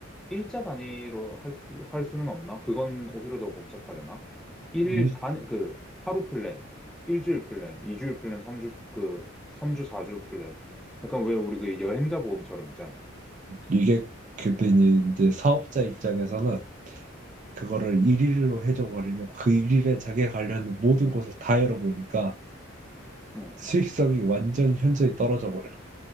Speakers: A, in the centre; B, on the right.
A: 일자 단위로 할 수, 할 수는 없나? 그건 오히려 더 복잡하려나? 일
B: 이-
A: 단, 그, 하루 플랜, 일주일 플랜, 이주일 플랜, 삼주 그, 삼주사주 플랜. 약간 왜 우리 그 여행자 보험처럼 있잖아.
B: 이게 그때 이제 사업자 입장에서는 그거를 일일로 해줘버리면 그 일일에 자기가 관련된 모든 곳을 다 열어보니까
A: 응,
B: 수익성이 완전히 현저히 떨어져 버려.